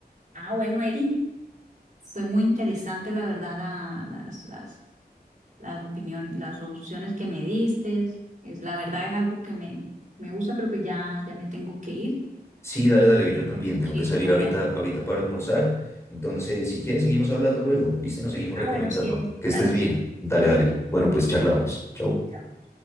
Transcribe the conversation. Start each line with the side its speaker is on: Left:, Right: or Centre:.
Right: Ah, bueno, Eri. Fue muy interesante, la verdad, la- las, las, las opiniones, las opciones que me diste. Es, la verdad es algo que me, me gusta, pero pues ya, ya me tengo que ir.
Left: Sí, dale, dale, yo también
Right: Muchísimas
Left: tengo que salir ahorita,
Right: gracias.
Left: ahorita para almorzar. Entonces, si quieres, seguimos hablando luego. Listo, y nos seguimos
Right: Ah,
Left: recomendando.
Right: bueno, sí, Eri.
Left: Que
Right: Claro.
Left: estés bien.
Right: sí.
Left: Dale,
Right: Bueno,
Left: dale. Bueno, pues charlamos. Chau.
Right: chao.